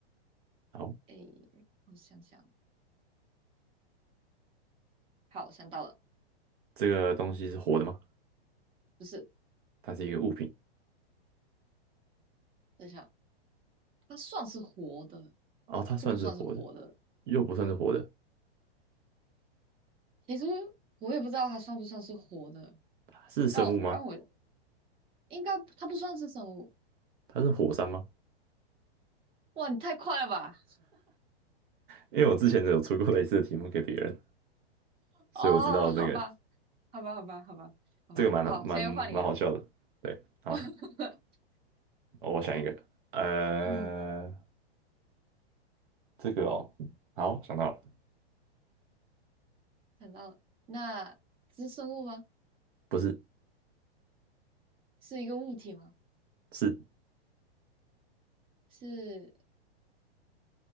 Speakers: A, on the right; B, on the right.
A: 好，
B: 诶，我想想，好，想到了，
A: 这个东西是活的吗？
B: 不是，
A: 它是一个物品，
B: 等一下，它算是活的，
A: 哦，它算是活的，
B: 就不算是活的。
A: 又不算是活的。
B: 其实我也不知道它算不算是活的，
A: 它是生物吗？
B: 让我让我应该它不算是生物。
A: 它是火山吗？
B: 哇，你太快了吧！
A: 因为我之前有出过类似的题目给别人，
B: <laughs>
A: 所以我知道这个
B: 哦，好吧，好吧，好吧，好吧，好吧，
A: 这个蛮好蛮蛮好笑的。
B: 好，现在又换你了。
A: 对，好，
B: <laughs>
A: 哦我想一个，呃，
B: 嗯，
A: 这个哦，好，想到了，
B: 想到了，那这是生物吗？
A: 不是，
B: 是一个物体吗？
A: 是
B: 是